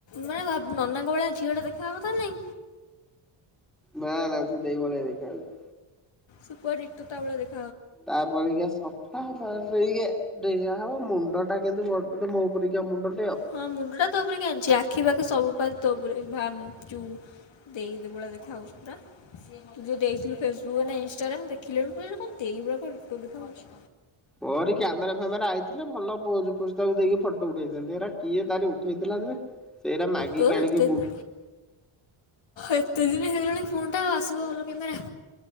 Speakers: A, on the left (about 65°); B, in the centre.
A: ମାନେ ଭାବ- ନନାଙ୍କ ଭଳିଆ ଝିଅ ଟା ଦେଖା ହବ ନା ନାଇ?
B: ନା ନା ସେ ଦେଇ ଭଳିଆ ଦେଖା ଯାଉଛି।
A: ସୁୂପର୍ ଡିଟୋ ତା ଭଳିଆ ଦେଖା
B: ତାପରିକା ସଫା ଆଉ ତାପରିକା ଡେଙ୍ଗା ହେବ ମୁଣ୍ଡ ଟା କିନ୍ତୁମୋ ପରିକା ମୁଣ୍ଡ।
A: ହଁ ମୁଣ୍ଡ ଟା ତୋ ପରିକା ଆଣିଛି ଆଖି ପାଖି ସବୁ ପା ତୋ ପରିକା। ଭ ତୁ ଦେଇ ଭଳିଆ ଦେଖା ହଉଛି ପୁରା ତୁ ଯୋଉ ଦେଇଥିଲୁ ଫେସବୁକ୍ ରେ ଏଟା ଇନ୍ସ୍ ସେରା ମୁ ଦେଖିଲା ବେଳୁ ମୁଁ କହିଲି ଦେଇ ଭଳିଆ ଡିଟୋ ଦେଖାଯାଉଛି।
B: ମୋରି କ୍ୟାମେରା ଫ୍ୟାମେରା ଆଇଥିଲେ ଭଲ ପୋଜ ଫୋଜ ତାକୁ ଦେଇକି ଫଟୋ ଉଠେଇଥାନ୍ତି, ହେରା କିଏ ତାରି ଉଠେଇଥିଲା ଯେ ସେଇଟା ମାଗିକି
A: ତୋର
B: ଆଣିକି
A: ଏତେ
B: ବୁ
A: ଦିନ ଏତେ ଦିନ ହେଇଗଲାଣି ଫୋନ୍ ଟା ଆସିବ ଭଲ କୋମେରା।